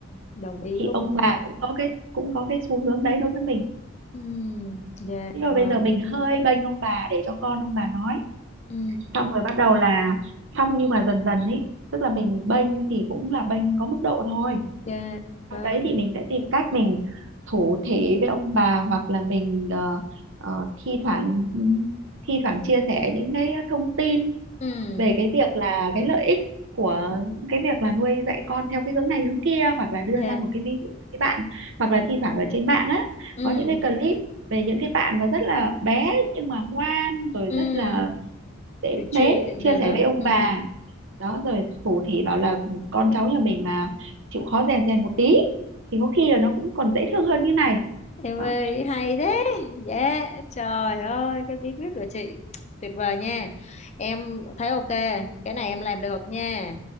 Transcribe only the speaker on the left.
đồng ý
luôn
nha
ừ dạ
vâng
ừ
dạ vâng
ừ
dạ
ừ
ừ
hiểu
chuyện
rồi
đó
ừ
Em
ơi, hay thế. Dạ, trời ơi, cái bí quyết của chị tuyệt vời nha. Em thấy ok, cái này em làm được nha.